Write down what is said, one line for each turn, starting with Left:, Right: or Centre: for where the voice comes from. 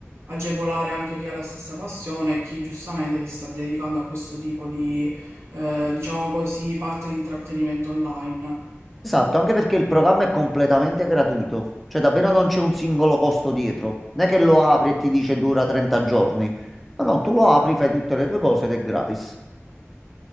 Right: agevolare anche chi ha la stessa passione e chi giustamente si sta dedicando a questo tipo di, eh, diciamo così, parte di intrattenimento online.
Centre: Esatto, anche perché il programma è completamente gratuito, cioè davvero non c'è un singolo costo dietro. Non è che lo apri e ti dice dura 30 giorni. No, no, tu lo apri, fai tutte le tue cose ed è gratis.